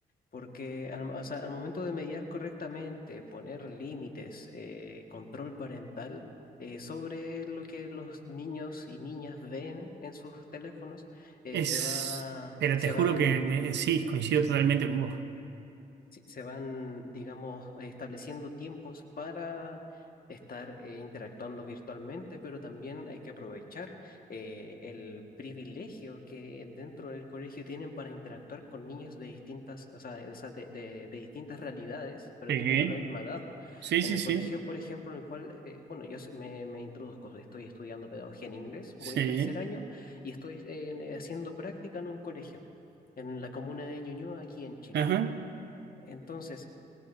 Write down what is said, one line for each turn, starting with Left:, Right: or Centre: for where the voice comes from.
Left: Porque al, o sea, al momento de mediar correctamente, poner límites, eh, control parental eh, sobre lo que los niños y niñas ven en sus teléfonos, eh,
Right: es,
Left: se va,
Right: pero
Left: se
Right: te juro
Left: van
Right: que me- sí, coincido totalmente con vos.
Left: Sí, se van, digamos, estableciendo tiempos para estar eh, interactuando virtualmente, pero también hay que aprovechar eh, el privilegio que dentro del colegio tienen para interactuar con niños de distintas, o sea, de, o sea, de- de- de distintas realidades, pero
Right: Sí,
Left: teniendo la misma edad.
Right: sí,
Left: En
Right: sí,
Left: el
Right: sí,
Left: colegio, por ejemplo, en el cual, eh, bueno, yo s- me, me introduzco, estoy estudiando pedagogía en inglés,
Right: sí,
Left: voy en tercer año y estoy eh, haciendo práctica en un colegio, en la comuna de Ñuñoa, aquí en Chile.
Right: ajá,
Left: Entonces,